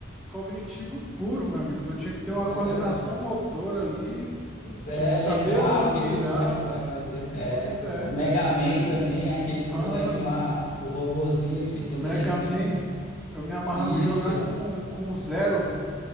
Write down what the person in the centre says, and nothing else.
cognitivo puro, meu amigo. Tu tinha que ter uma
coordenação
motor ali,
tinha que saber
onde
mirar.
Pois é.
Mano,
Mega
Man,
eu me amarrava
em jogar com, com o Zero.